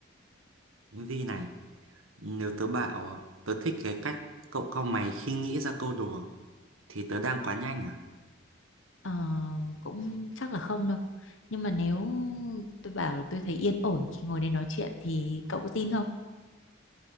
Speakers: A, on the right; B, on the left.
A: Vi này, nếu tớ bảo tớ thích cái cách cậu cau mày khi nghĩ ra câu đùa thì tớ đang quá nhanh à?
B: Ờ, cũng chắc là không đâu nhưng mà nếu tôi bảo là tôi thấy yên ổn khi ngồi đây nói chuyện thì cậu có tin không